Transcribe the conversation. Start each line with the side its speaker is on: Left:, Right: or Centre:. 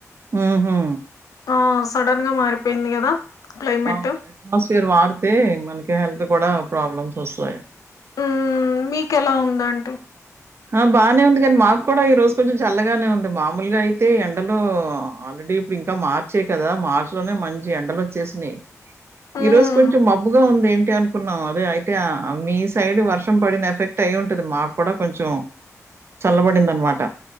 Right: ఉహు
Left: ఆ సడన్ గా మారిపోయింది. కదా క్లైమేట్
Right: అవున్ అట్మాస్ఫియర్ వాడితే, మనకి హెల్ <unintelligible> కూడా ప్రాబ్లమ్స్ వస్తాయి.
Left: హ్మ్మ్ మీకెల్లా ఉందాంటీ.
Right: ఆ బాగానే ఉంది. కానీ మాకు కూడా ఈ రోజు కొంచెం చల్లగానే ఉంది. మామూలుగా అయితే ఎండలో ఆల్రెడీ ఇప్పుడు ఇంకా మార్చే, కదా మార్చి లోనే మంచి ఎండలు వచ్చేసినెయి.
Left: మ్మ్
Right: ఈ రోజు కొంచెం మబ్బుగా ఉంది. ఏన్ టే అనుకున్నాం అదే అయితే మీ సైడ్ వర్షం పడిన ఎఫెక్ట్ అయ్యి ఉంటది. మాకు కూడా కొంచెం చల్లబడిందనమాట